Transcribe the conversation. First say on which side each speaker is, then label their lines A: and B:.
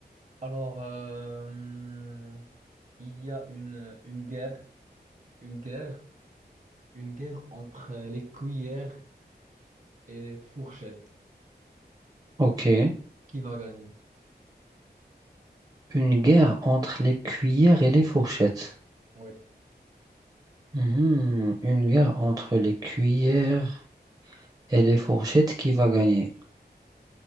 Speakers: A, on the right; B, on the right.
A: Alors, euh, il y a une, une guerre, une guerre, une guerre entre les cuillères et les fourchettes.
B: ok.
A: Qui va gagner?
B: Une guerre entre les cuillères et les fourchettes.
A: Oui,
B: Mhm. Une guerre entre les cuillères et les fourchettes qui va gagner.